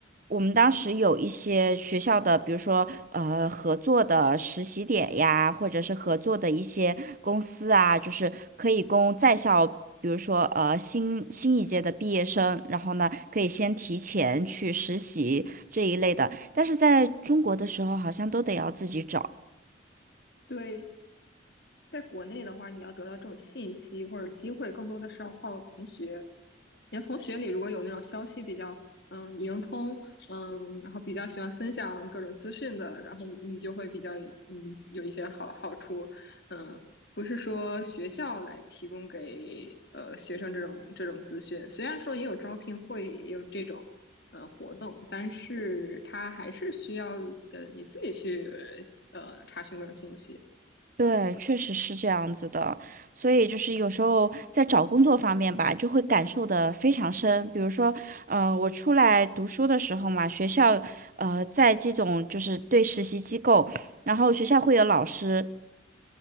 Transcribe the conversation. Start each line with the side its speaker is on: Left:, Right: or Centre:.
Right: 我们当时有一些学校的，比如说呃合作的实习点呀，或者是合作的一些公司啊，就是可以供在校。比如说呃新新一届的毕业生，然后呢可以先提前去实习这一类的，但是在中国的时候好像都得要自己找。
Left: 对，在国内的话，你要得到这种信息或者机会，更多的是要靠同学。你的同学里如果有那种消息比较嗯灵通，嗯，然后比较喜欢分享各种资讯的，然后你你就会比较嗯有一些好好处，嗯，不是说学校来提供给呃学生这种这种资讯，虽然说也有招聘会，也有这种呃活动，但是它还是需要呃你自己去呃查询各种信息。
Right: 对，确实是这样子的，所以就是有时候在找工作方面吧，就会感受的非常深。比如说，呃，我出来读书的时候嘛，学校，呃，在这种就是对实习机构，然后学校会有老师，